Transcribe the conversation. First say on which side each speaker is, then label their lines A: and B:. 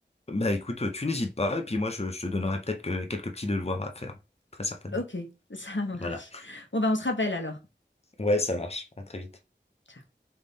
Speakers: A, on the left; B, on the left.
A: Bah écoute, tu n'hésites pas, et puis moi je, je te donnerai peut-être que- quelques petits devoirs à faire, très certainement.
B: Ok, <laughs> ça marche.
A: Voilà.
B: Bon, ben, on se rappelle alors.
A: Ouais, ça marche. À très vite.
B: Ciao.